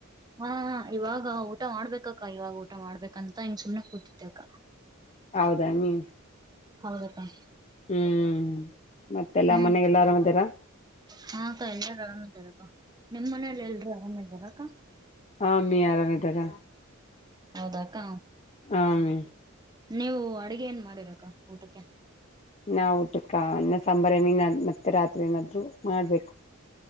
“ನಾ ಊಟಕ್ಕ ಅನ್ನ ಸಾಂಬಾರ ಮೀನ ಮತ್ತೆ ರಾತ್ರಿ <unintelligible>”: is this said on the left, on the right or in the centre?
Left